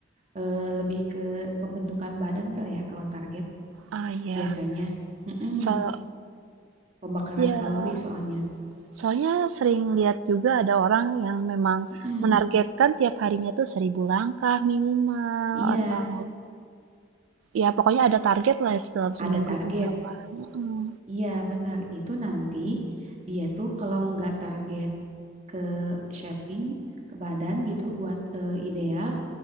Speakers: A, on the right; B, on the right.
A: eh, lebih ke pembentukan badan kali ya kalau target
B: Ah, ya,
A: biasanya. Mm-mm,
B: So
A: Pembakaran
B: ya,
A: kalori soalnya.
B: soalnya sering lihat juga ada orang yang memang
A: Mm-mm,
B: menargetkan tiap harinya tuh 1000 langkah minimal
A: Iya,
B: atau ya pokoknya ada target lah dalam
A: ada
B: seminggu
A: target.
B: tuh berapa, mhm.
A: Iya benar itu nanti dia tuh kalau nggak target ke shaping ke badan gitu buat eh, ideal